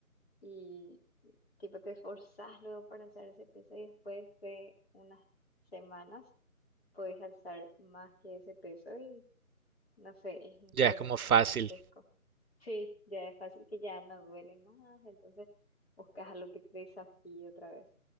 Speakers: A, on the left (about 45°); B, on the right (about 80°).
A: y tipo te esforzás luego para alzar ese peso y después de unas semanas podés alzar más que ese peso y No sé, es un
B: Ya
A: progreso
B: es como fácil.
A: gigantesco. Sí, ya es fácil que ya no duele más, entonces buscas algo que te desafíe otra vez.